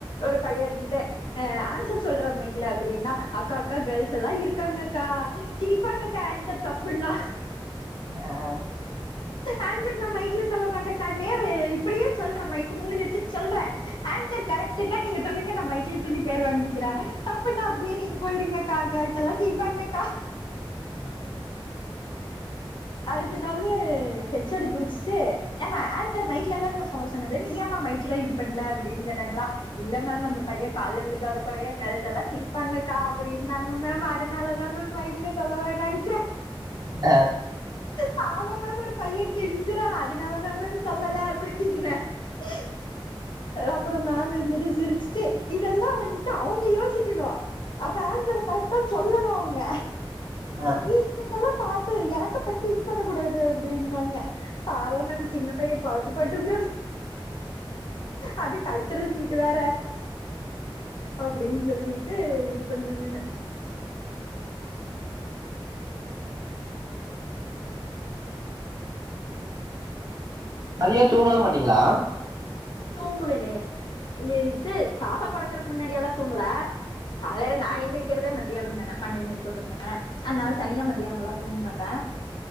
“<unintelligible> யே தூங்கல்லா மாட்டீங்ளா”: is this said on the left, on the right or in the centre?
Right